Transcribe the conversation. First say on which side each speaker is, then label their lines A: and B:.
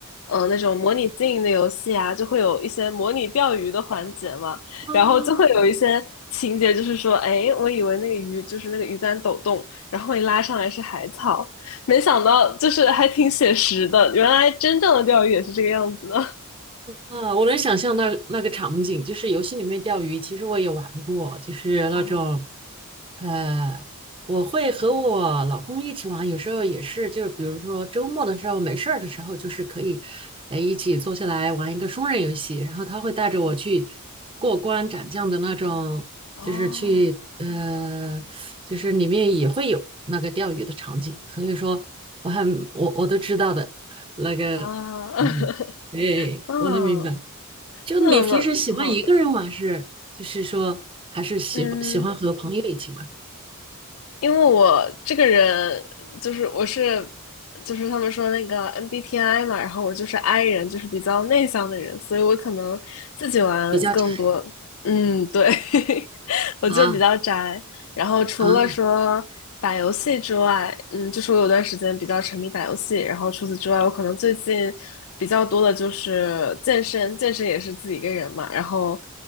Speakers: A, on the left (about 65°); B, on the right (about 25°).
A: 嗯，呃，那种模拟经营的游戏啊，就会有一些模拟钓鱼的环节嘛。
B: 啊
A: 然后就会有一些情节，就是说，哎，我以为那个鱼就是那个鱼竿抖动，然后一拉上来是海草，没想到就是还挺写实的。原来真正的钓鱼也是这个样子的。
B: 啊，我能想象那那个场景，就是游戏里面钓鱼，其实我也玩过，就是那种
A: <laughs> 哦，
B: 呃，我会和我老公一起玩，有时候也是，就是比如说周末的时候没事儿的时候，就是可以，呃，一起坐下来玩一个双人游戏，然后他会带着我去过关斩将的那种，
A: 哦，
B: 就是去，呃，就是里面也会有那个钓鱼的场景，所以说我还我我都知道的，那个，
A: 啊，<laughs>
B: 嗯，对，
A: 嗯，
B: 我能明白。就你平时喜欢一个人玩是，
A: 那么好的，
B: 就是说还是喜欢喜欢和朋友一起玩？
A: 嗯，因为我这个人就是我是就是他们说那个 MBTI 嘛，然后我就是 I 人，就是比较内向的人，所以我可能自己玩更多。
B: 比较窄
A: 嗯，对，<laughs> 我就比较宅。
B: 啊
A: 然后除了说打游戏之外，
B: 啊，
A: 嗯，就是我有段时间比较沉迷打游戏，然后除此之外，我可能最近比较多的就是健身，健身也是自己一个人嘛，然后。